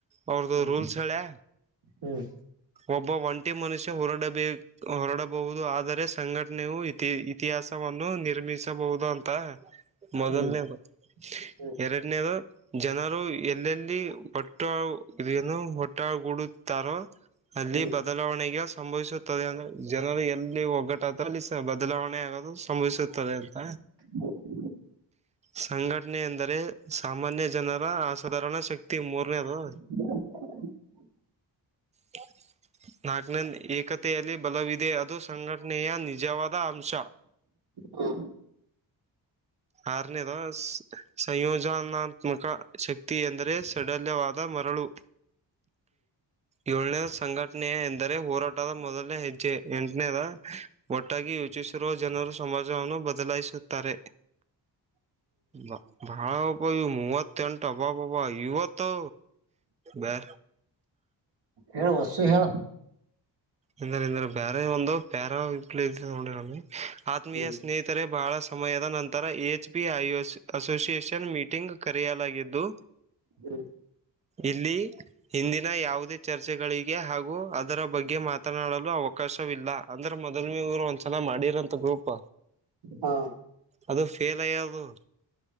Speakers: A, on the right (about 15°); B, on the right (about 60°).
A: ಅವ್ರದು
B: ಹ್ಮ್
A: ರೂಲ್ಸ್ ಹೇಳ್ಯ.
B: ಹ್ಮ್.
A: ಒಬ್ಬ ಒಂಟಿ ಮನುಷ್ಯ ಹೊರಡಬೇಕ್. ಹೊರಡಬಹುದು ಆದರೆ ಸಂಘಟನೆಯು ಇತಿ ಇತಿಹಾಸವನ್ನು ನಿರ್ಮಿಸಬಹುದು ಅಂತ. ಮೊದಲನೇದು
B: ಹ್ಮ್ ಹ್ಮ್
A: ಎರಡನೇದು. ಜನರು ಎಲ್ಲೆಲ್ಲಿ ಒಟ್ಟು ಇದಏನು ಹೊಟ್ಟಾ ಗೂಡುತ್ತಾರೋ. ಅಲ್ಲಿ
B: ಹ್ಮ್
A: ಬದಲಾವಣೆಗೆ ಸಂಭವಿಸುತ್ತದೆ ಅಂದ್ರೆ ಜನರು ಎಲ್ಲಿ ಒಗ್ಗಟ್. ಅದ್ರಲ್ಲಿಸ ಬದಲಾವಣೆ ಆಗೋದು ಸಂಭವಿಸುತ್ತದೆ ಅಂತ.
B: ಹ್ಮ. <inaudible>
A: ಸಂಘಟನೆ ಎಂದರೆ ಸಾಮಾನ್ಯ ಜನರ ಅಸಾಧಾರಣ ಶಕ್ತಿ ಮೂರನೇದು.
B: <unintelligible>
A: ಹ. <unintelligible> ನಾಕನೇ ಏಕತೆಯಲ್ಲಿ ಬಲವಿದೆ ಅದು ಸಂಘಟನೆಯ ನಿಜವಾದ ಅಂಶ.
B: ಹಾ.
A: ಆರನೇದ ಸಯೋಜನಾತ್ಮಕ ಶಕ್ತಿ ಎಂದ್ರೆ. ತಡಲ್ಯವಾದ ಮರಳು. ಯೋಳ್ನೇದ ಸಂಘಟನೆಯ ಎಂದರೆ ಹೋರಾಟದ ಮೊದಲನೇ ಹೆಜ್ಜೆ ಎಂಟನೇದ. ಒಟ್ಟಾಗಿ ಯೋಚಿಸಿರುವ ಜನರು ಸಮಾಜವನ್ನು ಬದಲಾಯಿಸುತ್ತಾರೆ.
B: <unintelligible>
A: ನಾ. ಬಾಳಬ ಮೂವತ್ತೆಂಟು ಅಬ್ಬಬ್ ಅಬ್ಬ ಇವತ್ತು ಬ್ಯಾ.
B: ಹೇಳು ವಸ್ಸು ಹೇಳ.
A: ಎಂದ್ರಂದ್ರ ಬೇಾರೆ ಒಂದು ಪ್ಯಾರಲ <unintelligible> ಆತ್ಮೀಯ
B: ಹ್ಮ್
A: ಸ್ನೇಹಿತ್. ತರೆ ಬಹಳ ಸಮಯದ ನಂತರ A H P I association meeting ಕರೆಯಲಾಗಿದ್ದು
B: ಹ್ಮ್
A: ಇಲ್ಲಿ. ಹಿಂದಿನ ಯಾವುದೇ ಚರ್ಚೆಗಳಿಗೆ ಹಾಗೂ ಅದರ ಬಗ್ಗೆ ಮಾತ್. ತನಾಡಲು ಅವಕಾಶವಿಲ್ಲ ಅಂದ್ರೆ ಮೊದಲ್ ನೆವ್ರು ಒಂದ್ಸಲ ಮಾಡಿರಂತ ಗ್ರೂಪ್.
B: ಹಾ.
A: ಅದು ಫೇಲಾಯ್ಯದು.